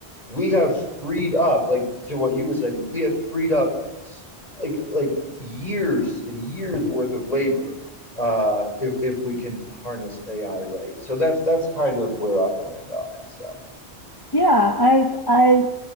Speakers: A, on the left; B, on the left.
A: we have freed up, like to what you were saying, like we have freed up s- like like years and years worth of labor, uh, if if we can harness AI right. So that's that's kind of where I land on it. So
B: Yeah, I I